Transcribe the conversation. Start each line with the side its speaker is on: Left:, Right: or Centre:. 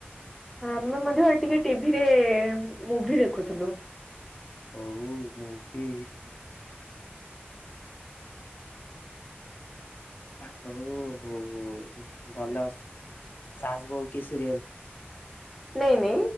Centre: ଆମେ ମଧ୍ୟ ଟିକେ ଟିଭିରେ ମୁଭି ଦେଖୁଥିଲୁ।
Left: ହଉ ମୁଭି ହ ହୋ ଭଲ ଅସ ସାଜବଉ କି ସିରିଏଲ
Centre: ନାଇ ନି